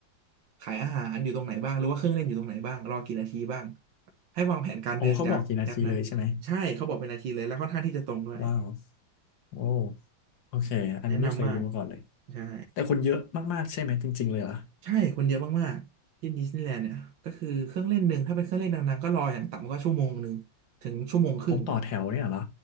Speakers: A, on the right; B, on the left.
A: ขายอาหารอยู่ตรงไหนบ้างหรือว่าเครื่องเล่นอยู่ตรงไหนบ้างรอกี่นาทีบ้างให้วางแผนการเดินจากแอปนั้น
B: โอ้เขาบอกกี่นาทีเลยใช่ไหม
A: ใช่เขาบอกเป็นนาทีเลยแล้วค่อนข้างที่จะตรงด้วย
B: ว้าวโอ้โอเค อันนี้ไม่เคยรู้มาก่อนเลย
A: แนะนำมากใช่
B: แต่คนเยอะมากๆใช่ไหมจริงๆเลยเหรอ
A: ใช่คนเยอะมากๆที่ดิสนีย์แลนด์เนี่ยก็คือเครื่องเล่นหนึ่งถ้าเป็นเครื่องเล่นดังๆก็รออย่างต่ำก็ชั่วโมงหนึ่งถึงชั่วโมงครึ่ง
B: โอ้ต่อแถวเนี่ยเหรอ